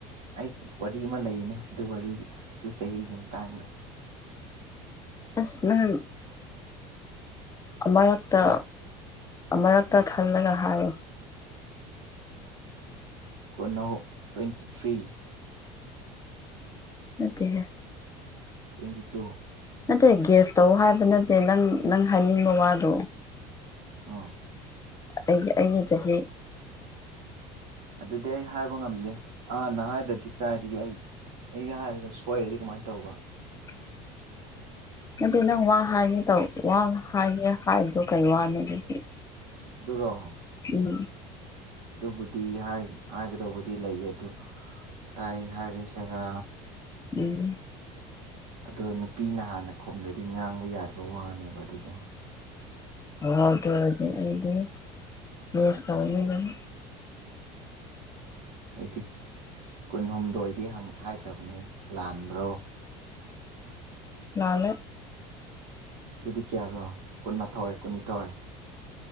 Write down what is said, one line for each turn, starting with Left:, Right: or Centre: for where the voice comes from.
Right: ꯑꯩ ꯋꯥꯔꯤ ꯑꯃ ꯂꯩꯅꯦ ꯑꯗꯨ ꯋꯥꯔꯤꯗꯨ ꯆꯍꯤꯒꯤ ꯃꯇꯥꯡꯗ
Left: ꯑ ꯅ ꯑꯃꯔꯛꯇ
Right: ꯍꯥ
Left: ꯑꯃꯨꯔꯛꯇ ꯈꯜꯂꯒ ꯍꯥꯏꯌ
Right: ꯀꯣꯅꯧ ꯇ꯭ꯋꯦꯟꯇꯤ ꯊ꯭ꯔꯤ
Left: ꯑꯗꯨꯠꯇꯦ
Right: ꯇꯖꯤ ꯇꯨ
Left: ꯅꯠꯇꯦ ꯒꯦꯁ ꯇꯧ ꯍꯥꯏꯕ ꯅꯠꯇꯦ ꯅꯪ ꯅꯪ ꯍꯥꯏꯅꯤꯡꯕ ꯋꯥꯗꯣ
Right: ꯑ
Left: ꯑꯩ ꯑꯩꯅ ꯆꯍꯤ
Right: ꯑꯗꯨꯗꯤ ꯑꯩ ꯍꯥꯏꯕ ꯉꯝꯗꯦ ꯍꯥꯟꯅ ꯍꯥꯏꯔꯗꯤ ꯀꯥꯏꯗꯒꯤ ꯑꯩ ꯑꯩꯩꯅ ꯍꯥꯏꯔꯒ ꯁꯣꯏꯔꯗꯤ ꯀꯃꯥꯏꯅ ꯇꯧꯕ
Left: <inaudible> ꯅꯗꯤ ꯅꯪ ꯋꯥ ꯍꯥꯏꯅꯤ ꯋꯥ ꯍꯥꯏꯅꯤ ꯍꯥꯏꯔꯤꯗꯣ ꯀꯩ ꯋꯥꯅꯣ ꯑꯗꯨꯗꯤ
Right: ꯗꯔ
Left: ꯎꯝ
Right: ꯑꯗꯨꯕꯨꯗꯤ ꯍꯥꯏꯒꯗꯧꯕꯗꯤ ꯂꯩꯌꯦ ꯑꯗꯨ ꯀꯥꯏ ꯍꯥꯏꯔꯤꯁꯤꯔꯥ
Left: ꯎꯝ
Right: ꯑꯗꯣ ꯅꯨꯄꯤꯅ ꯍꯥꯟꯅ ꯈꯣꯂ꯭ꯔꯗꯤ ꯉꯥꯡꯕ ꯌꯥꯗꯕ ꯋꯥꯅꯦꯕ ꯑꯗꯨꯗꯣ
Left: ꯍꯥꯎꯗꯔꯗꯤ ꯑꯩꯗꯤ ꯅꯦꯁ ꯇꯧꯃꯤ ꯂꯩ
Right: ꯑꯩꯗꯤ ꯀꯨꯟꯍꯨꯝꯗꯣꯏꯗꯤ ꯍꯥꯏꯈ꯭ꯔꯕꯅꯦ ꯂꯥꯟꯕ꯭ꯔꯣ
Left: ꯅꯥꯟ
Right: ꯑꯗꯨꯗꯤ ꯀꯌꯥꯔꯣ ꯀꯨꯟꯃꯥꯊꯣꯏ ꯀꯨꯟꯅꯤꯊꯣꯏꯑ